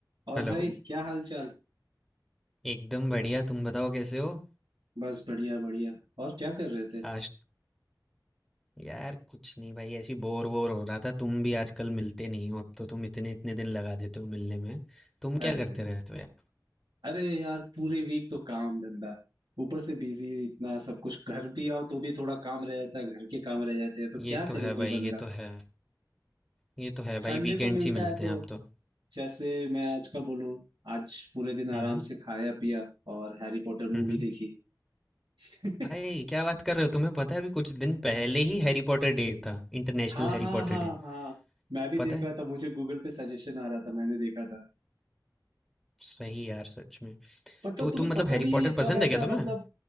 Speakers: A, on the right; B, in the centre.
A: और
B: Hello
A: भाई क्या हाल चाल
B: एकदम बढ़िया तुम बताओ कैसे हो
A: बस बढ़िया बढ़िया और क्या कर रहे थे
B: आज यार कुछ नहीं भाई ऐसी बोर वोर हो रहा था तुम भी आजकल मिलते नहीं हो अब तो तुम इतने इतने दिन लगा देते हो मिलने में तुम
A: अरे
B: क्या करते रहते हो यार
A: अरे यार पूरे वीक तो काम धंधा ऊपर से बिजी इतना सब कुछ घर भी आओ तो भी थोड़ा काम रह जाता है घर के काम रह जाते हैं तो
B: ये
A: क्या
B: तो
A: करे
B: है
A: कोई
B: भाई
A: बंदा
B: ये तो है ये तो है
A: संडे
B: भाई वीकेंड्स
A: को मिलता
B: ही मिलते
A: है तो
B: हैं आप तो
A: जैसे मैं
B: प्स,
A: आज का बोलूं आज पूरे दिन आराम
B: हम्म
A: से खाया पिया और हैरी पॉटर
B: हम्म
A: मूवी देखी <laughs>
B: भाई क्या बात कर रहे हो तुम्हें पता है अभी कुछ दिन पहले ही हैरी पॉटर डे था इंटरनेशनल
A: हाँ
B: हैरी
A: हाँ
B: पॉटर
A: हाँ
B: डे
A: हाँ मैं भी
B: पता
A: देख
B: है
A: रहा था मुझे गूगल पे सजेशन आ रहा था मैंने देखा था
B: सही यार सच में
A: पता
B: तो
A: तुम्हें
B: तुम मतलब
A: पता
B: हैरी
A: भी है
B: पॉटर
A: ये कब
B: पसंद
A: ऐसा
B: है क्या तुम्हें
A: मतलब